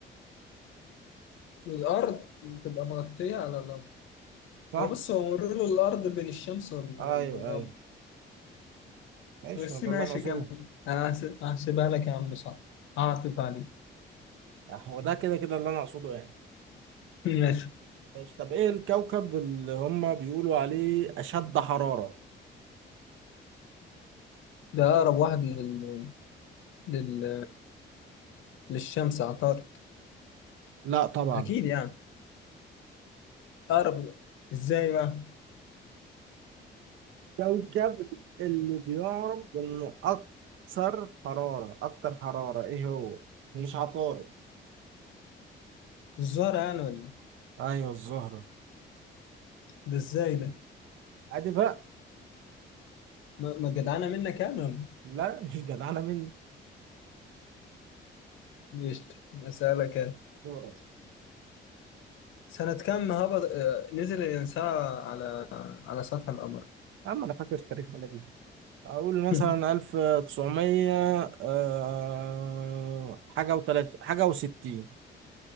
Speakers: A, on the left; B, on the right.
A: الأرض بتبقى مغطية على القمر
B: صح؟
A: هو بص هو مرور الأرض بين الشمس وال-
B: ايوه
A: والقمر
B: ايوه ماشي
A: بس
B: ما ده
A: ماشي
B: اللي انا اقصده
A: كمل أنا هس- هحسبها لك يا عم صح هعطف عليك
B: هو ده كده كده اللي انا اقصده يعني
A: ماشي
B: ماشي طب ايه الكوكب اللي هم بيقولوا عليه اشد حرارة؟
A: ده أقرب واحد لل... لل... للشمس عطارد
B: لا طبعا
A: أكيد يعني أقرب إزاي بقى؟
B: كوكب اللي بيعرف انه اكثر حرارة اكثر حرارة ايه هو؟ مش عطارد
A: الزهرة يعني ولا إيه؟
B: ايوه الزهرة
A: ده إزاي ده؟
B: عادي بقى
A: ما ما جدعانة منك يعني ولا إيه؟
B: لا مش جدعانة مني
A: ماشي أسألك أنا
B: دورك
A: سنة كم هبط آه، نزل الإنسان على على سطح القمر؟
B: يا عم انا فاكر التاريخ ولا دي اقول مثلا
A: <laughs>
B: 1900 آه، حاجة وتلات حاجة وستين